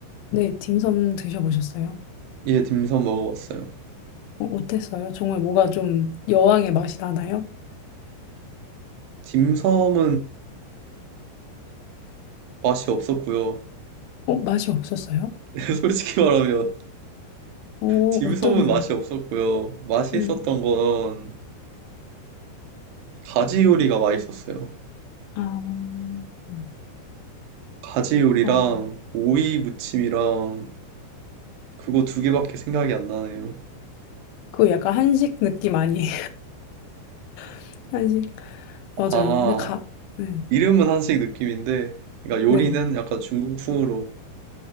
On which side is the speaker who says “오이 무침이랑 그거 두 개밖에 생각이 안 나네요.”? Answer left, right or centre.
Right